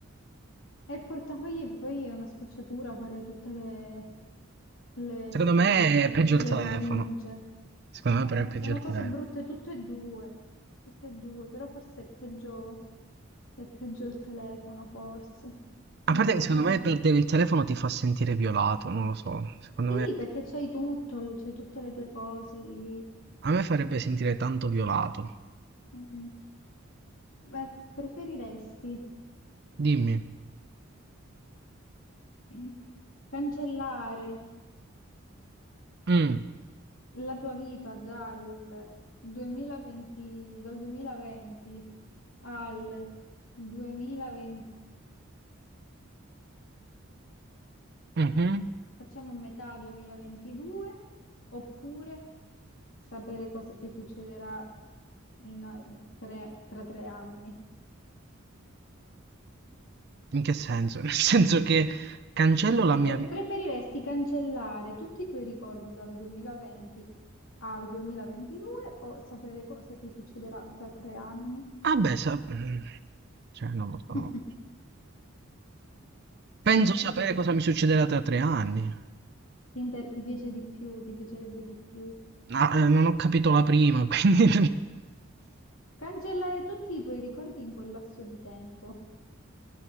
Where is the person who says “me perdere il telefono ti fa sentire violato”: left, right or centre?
Right